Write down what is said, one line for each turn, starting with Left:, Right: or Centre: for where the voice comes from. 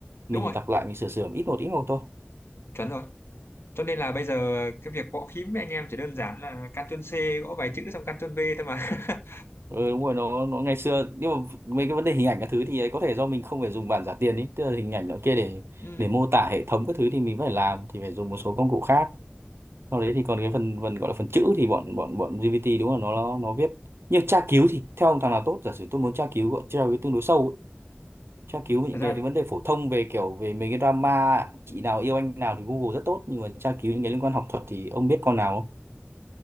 Left: Đúng
Right: mình
Left: rồi,
Right: đọc lại mình sửa sửa ít một ít một thôi
Left: chuẩn rồi. Cho nên là bây giờ cái việc gõ phím với anh em chỉ đơn giản là Ctrl C gõ vài chữ xong Ctrl V thôi mà. <laughs>
Right: ừ, đúng rồi nó nó ngày xưa nhưng mà mấy cái vấn đề hình ảnh các thứ thì ấy có thể do mình không phải dùng bản giả tiền ý tức là hình ảnh nó kia để
Left: ừ
Right: để mô tả hệ thống các thứ thì mình phải làm thì phải dùng một số công cụ khác sau đấy thì còn cái phần phần gọi là phần chữ thì bọn bọn bọn GPT đúng là nó nó nó viết nhưng tra cứu thì theo ông thằng nào tốt giả sử tôi muốn tra cứu gọi tra cứu tương đối sâu ấy. tra cứu về những
Left: thật
Right: cái
Left: ra
Right: vấn đề phổ thông về kiểu về mấy cái drama chị nào yêu anh nào thì Google rất tốt nhưng mà tra cứu những cái liên quan học thuật thì ông biết con nào không?